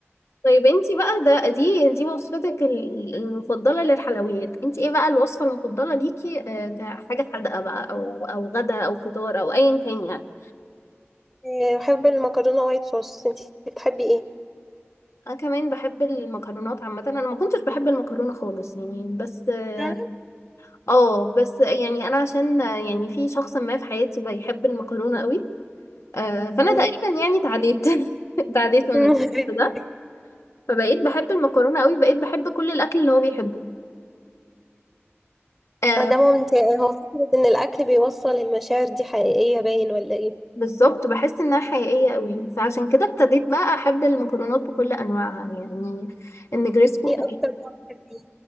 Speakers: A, on the left; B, in the centre.
A: طيب انتي بقى ده دي دي وصفتك ال- المفضلة للحلويات انتي ايه بقى الوصفة المفضلة ليكي آه، كحاجة حادقة بقى او او غدا او فطار او ايا كان يعني
B: آه، بحب المكرونة وايت صوص انتي بتحبي ايه؟
A: انا كمان بحب المكرونات عامة انا ما كنتش بحب المكرونة خالص يعني بس اه
B: فعلا
A: آه، بس يعني انا عشان آه، يعني في شخص ما في حياتي بيحب المكرونة قوي آه، فانا
B: مم.
A: تقريبا يعني تعديت <laughs> تعديت من
B: <laughs>
A: الشخص ده فبقيت بحب المكرونة قوي بقيت بحب كل الاكل اللي هو بيحبه آه،
B: ده ممتع هو فكرة ان الاكل بيوصل المشاعر دي حقيقية باين ولا ايه؟
A: بالظبط بحس انها حقيقيه قوي فعشان كده ابتديت بقى احب المكرونات بكل انواعها يعني النجريسكو
B: ايه اكتر نوع بتحبيه؟